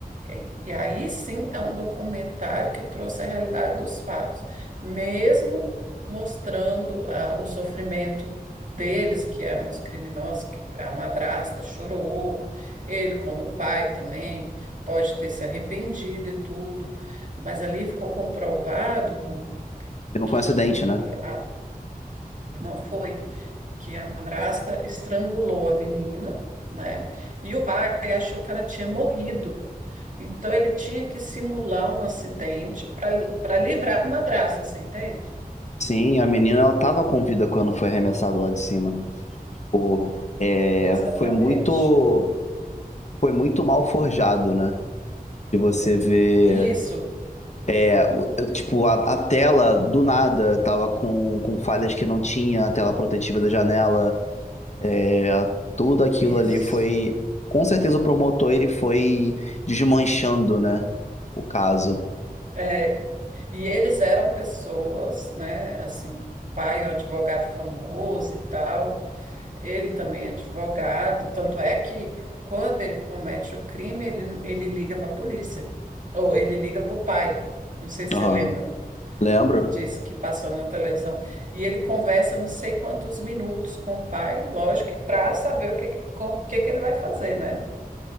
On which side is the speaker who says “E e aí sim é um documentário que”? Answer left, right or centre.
Right